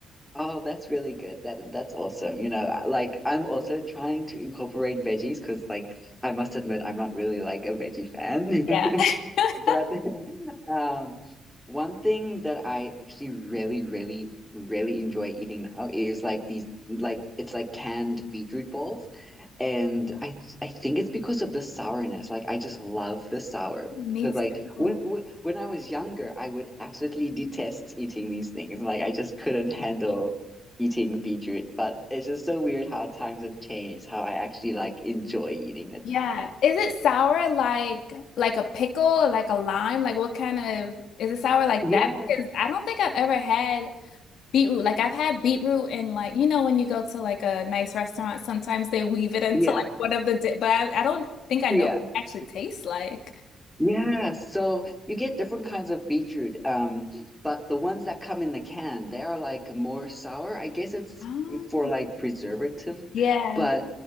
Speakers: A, in the centre; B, on the left.
A: Oh, that's really good. That that's awesome. You know, I- like I'm also trying to incorporate veggies because like I must admit I'm not really like a veggie fan.
B: Yeah.
A: <laughs>
B: <laughs>
A: But Um, one thing that I actually really, really, really enjoy eating now is like these like it's like canned beetroot balls. And I I think it's because of the sourness. Like I just love the sour. Because
B: Me too.
A: like when when when I was younger, I would absolutely detest eating these things. Like I just couldn't handle eating beetroot. But it's just so weird how times have changed, how I actually like enjoy eating it
B: Yeah.
A: now.
B: Is it sour like like a pickle or like a lime? Like what kind of is it sour like
A: Yeah,
B: that? Because I don't think I've ever had beetroot. Like I've had beetroot in like you know when you go to like a nice restaurant, sometimes they weave it into
A: yeah,
B: like one of the di but I, I don't think I
A: yeah.
B: know what it actually tastes like.
A: Yeah, so you get different kinds of beetroot, um, but the ones that come in the can, they are like more sour. I guess it's
B: Oh.
A: for like preservative,
B: Yeah,
A: but